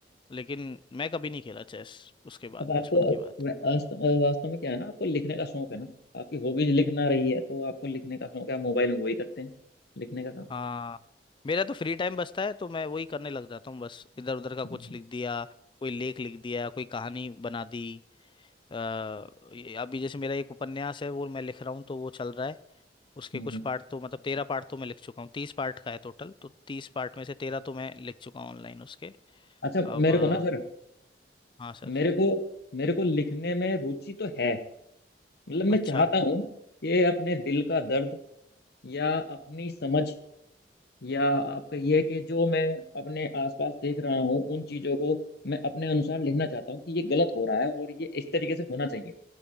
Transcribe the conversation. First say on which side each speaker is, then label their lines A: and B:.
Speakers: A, on the left; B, on the left.
A: लेकिन मैं कभी नहीं खेला चेस उसके बाद
B: अब
A: बचपन
B: आपको
A: के बाद
B: वास्तव वास्तव में क्या है ना आपको लिखने का शौक है ना आपकी हॉबीज लिखना रही है तो आपको लिखने का शौक है आप मोबाइल में वही करते हैं लिखने का काम
A: हाँ मेरा तो फ्री टाइम बचता है तो मैं वही करने लग जाता हूँ बस इधर उधर का कुछ
B: हम्म,
A: लिख दिया कोई लेख लिख दिया कोई कहानी बना दी अ, ये- अभी जैसे मेरा एक उपन्यास है वो मैं लिख रहा हूँ तो वो चल रहा है उसके
B: हम्म,
A: कुछ
B: हम्म।
A: पार्ट तो मतलब तेरह पार्ट तो मैं लिख चुका हूँ तीस पार्ट का है टोटल तो तीस पार्ट में से तेरह तो मैं लिख चुका हूँ ऑनलाइन उसके
B: अच्छा
A: अब
B: मेरे
A: अ,
B: को ना सर
A: हाँ सर
B: मेरे को मेरे को लिखने में रुचि तो है मतलब मैं
A: अच्छा
B: चाहता हूँ कि अपने दिल का दर्द या अपनी समझ या आपका ये है कि जो मैं अपने आसपास देख रहा हूँ उन चीजों को मैं अपने अनुसार लिखना चाहता हूँ कि ये गलत हो रहा है और ये इस तरीके से होना चाहिए